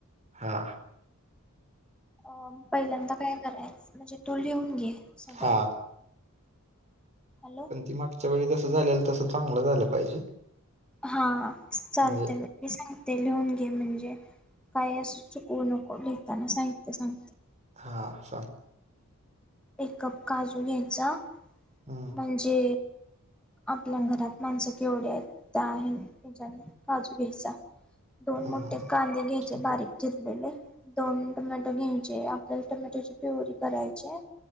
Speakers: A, on the right (about 30°); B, in the centre.
A: हा.
B: अ पहिल्यादा काय करायचं? म्हणजे तो लिहून घे. सगळं.
A: हा
B: हॅलो
A: पण ती मागच्या वेळी झा तस चांगलं झालं पाहिजे.
B: हा चालत
A: म्हणजे
B: मी सांगते लिहून घे म्हणजे. काय अस चुकवू नको लिहिताना साहित्य सांगते.
A: हा सांग.
B: एक कप काजू घ्यायचा.
A: हम्म
B: म्हणजे? आपल्या घरात माणसं केवढी आहेत त्या आहे त्याच्या काजू घ्यायचा दोन
A: हम्म,
B: मोठे कांदे घ्याचे
A: ठीक
B: बारीक
A: आहे.
B: चिरलेले दोन टोमॅटो घे आपल्याला टोमॅटोची पिवरी करायची